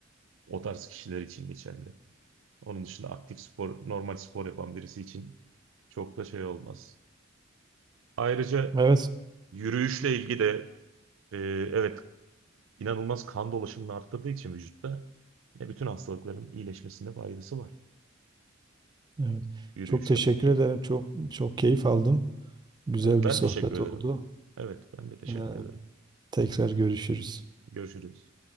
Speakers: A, on the right; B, on the right.
A: o tarz kişiler için geçerli. Onun dışında aktif spor, normal spor yapan birisi için çok da şey olmaz. Ayrıca
B: Evet,
A: yürüyüşle ilgili de e, evet inanılmaz kan dolaşımını arttırdığı için vücutta ne bütün hastalıkların iyileşmesinde faydası var
B: evet.
A: yürüyüş
B: Çok teşekkür
A: yapmanın.
B: ederim. Çok çok keyif aldım. Güzel
A: Evet, ben
B: bir sohbet
A: teşekkür ederim.
B: oldu.
A: Evet, ben de teşekkür
B: E,
A: ederim.
B: tekrar görüşürüz.
A: Görüşürüz.